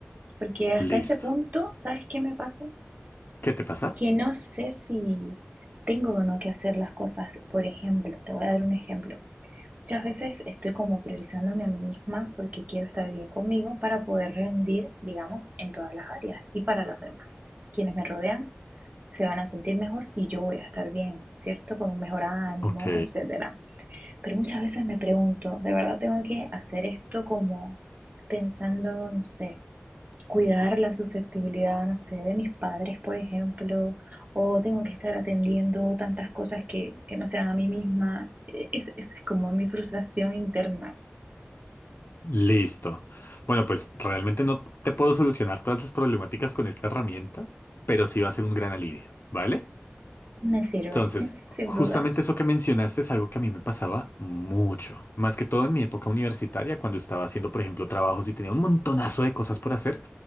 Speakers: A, on the right; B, on the left.
A: Porque hasta
B: listo.
A: ese punto, ¿sabes qué me pasa?
B: ¿Qué te pasa?
A: Que no sé si tengo o no que hacer las cosas. Por ejemplo, te voy a dar un ejemplo. Muchas veces estoy como priorizándome a mí misma porque quiero estar bien conmigo para poder rendir, digamos, en todas las áreas y para los demás. Quienes me rodean se van a sentir mejor si yo voy a estar bien, ¿cierto? Con un mejor ánimo,
B: Ok,
A: etcétera. Pero muchas veces me pregunto, ¿de verdad tengo que hacer esto como pensando, no sé, cuidar la susceptibilidad, no sé, de mis padres, por ejemplo, o tengo que estar atendiendo tantas cosas que, que no sean a mí misma. E- Es, es como mi frustración interna.
B: listo. Bueno, pues realmente no te puedo solucionar todas las problemáticas con esta herramienta, pero sí va a ser un gran alivio, ¿vale?
A: Me sirve,
B: Entonces,
A: <laughs> sin
B: justamente
A: duda.
B: eso que mencionaste es algo que a mí me pasaba mucho, más que todo en mi época universitaria, cuando estaba haciendo, por ejemplo, trabajos y tenía un montonazo de cosas por hacer,